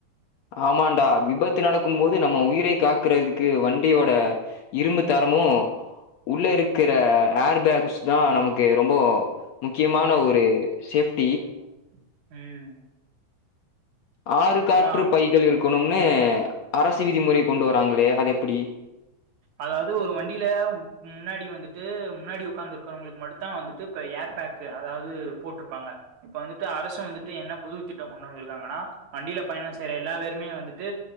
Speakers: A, on the left (about 70°); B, on the right (about 65°).
A: ஆமாண்டா விபத்து நடக்கும் போது நம்ம உயிரை காக் க்றதுக்கு வண்டியோட இரும்பு தரமு உள்ள இருக்கிற ஏர் பேக்ஸ் தா நமக்கு ரொம்ப முக்கியமான
B: ம்.
A: ஒரு சேஃப்டி
B: ம். ம்
A: ஆறு காற்று
B: ஆமா.
A: பைகள் இருக்கணும்னு அரசு விதிமுறை கொண்டு வராங்களே அது எப்படி
B: அதாவது ஒரு வண்டில முன்னாடி வந்துட்டு முன்னாடி உக்கார்ந்துருக்கவங்களுக்கு மடு தா வந்துட்டு இப்ப ஏர் பேக் அதாவது போட்ருபாங்க இப்ப வந்துட்டு அரசு வந்துட்டு என்ன புது திட்டம் கொண்டு வந்துருக்காங்கனா வண்டியில பயணம் செய்யற எல்லா பேருமே வந்துட்டு